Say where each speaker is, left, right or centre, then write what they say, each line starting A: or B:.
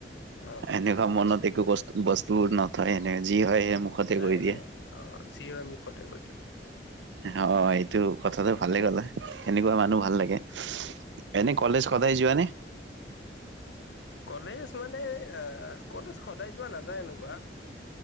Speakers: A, on the left; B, on the right.
A: অ'।
B: এনেকুৱা মনত একো বস্-বস্তু নথয়, এনেকৈ যি হয় সেই মুখতে
A: নাই,
B: কৈ দিয়ে
A: নাই। অ', যি হয় মুখতে কৈ দিওঁ।
B: অ', এইটো কথাটো ভালে ক'লা, এনেকুৱা মানুহ ভাল লাগে। এনে কলেজ সদায় যোৱানে?
A: কলেজ মানে অ', কলেজ সদায় যোৱা নাযায় এনেকুৱা।